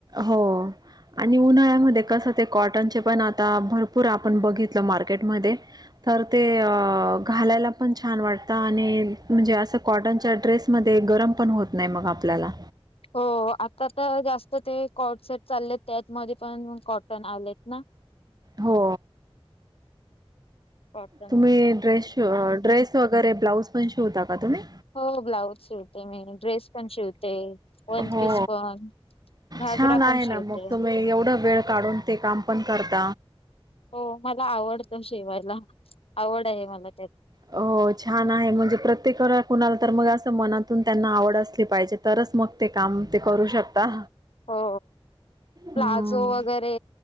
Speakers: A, on the right; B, on the left.
A: हो आणि उन्हाळ्यामध्ये कसं ते कॉटनचे पण आता भरपूर आपण बघितलं मार्केटमध्ये तर ते घालायला पण छान वाटतं आणि म्हणजे असं कॉटनच्या ड्रेसमध्ये गरम पण होत नाही मग आपल्याला
B: हो आता तर जास्त ते कॉट सेट चालले आहेत त्यातमध्ये पण कॉटन आलेत ना
A: हो
B: क
A: तुम्ही ड्रेस श ड्रेस वगैरे ब्लाऊज पण शिवता का तुम्ही
B: हो ब्लाऊज शिवते मी ड्रेस पण शिवते वन
A: हो
B: पीस पण घागरा
A: छान
B: पण
A: आहे
B: शिवते
A: ना मग तुम्ही एवढं वेळ काढून ते काम पण करत
B: हो मला आवडतं शेवायला आवड आहे मला त्यात
A: हो छान आहे म्हणजे प्रत्येक व कुणाला तर मग असं मनातून त्यांना आवड असली पाहिजे तरच मग ते काम ते करू शकता
B: हो प्लाझो
A: हम्म
B: वगैरे